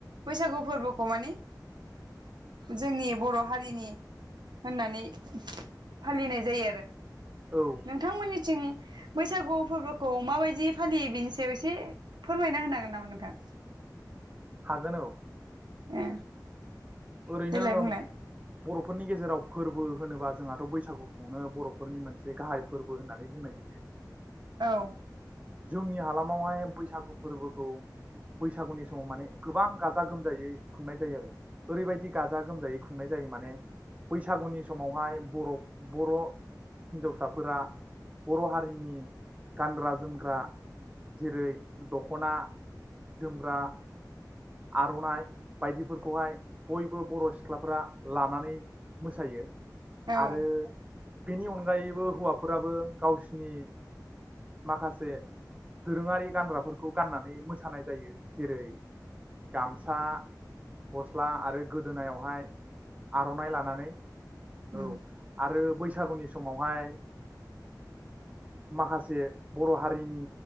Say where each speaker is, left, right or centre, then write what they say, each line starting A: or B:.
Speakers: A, on the right; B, on the right.
A: बैसागु फोरबोखौ मानि। जोंनि बर' हारिनि होननानै फालिनाय जायो आरो।
B: औ
A: नोंथांमोननि थिं बैसागु फोरबोखौ माबायदि फालियो बेनि सायाव एसे फोरमायना होनो हागोन नामा नोंथां?
B: हागोन औ
A: ए
B: ओरैनो
A: देलाय बुंलाय
B: बर'फोरनि गेजेराव फोरबो होनोबा जोंहाथ' बैसागुखौनो बर'फोरनि मोनसे गाहाय फोरबो होननानै बुंनाय जायो
A: औ
B: जोंनि हालामावहाय बैसागु फोरबोखौ बैसागुनि समाव माने गोबां गाजा गोमजायै खुंनाय जायो आरो ओरैबायदि गाजा गोमजायै खुंनाय जायो माने बैसागुनि समावहाय बर' बर' हिन्जावसाफोरा बर' हारिनि गानग्रा जोमग्रा जेरै दख'ना जोमग्रा आर'नाइ बायदिफोरखौहाय बयबो बर' सिख्लाफ्रा लानानै मोसायो
A: औ
B: आरो बेनि अनगायैबो हौवाफोराबो गावसिनि माखासे दोरोङारि गानग्राफोरखौ गाननानै मोसानाय जायो जेरै गामसा गस्ला आरो गोदोनायावहाय आर'नाइ लानानै औ
A: उम
B: आरो बैस बैसागुनि समावहाय माखासे बर' हारिनि